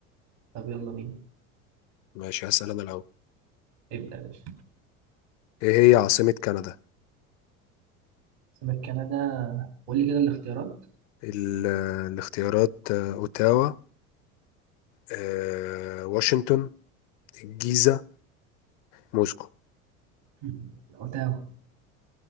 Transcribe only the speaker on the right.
طب يلا بينا
ابدأ يا باشا
سمك كندا قول لي كده الاختيارات
<laughs> اوتاوا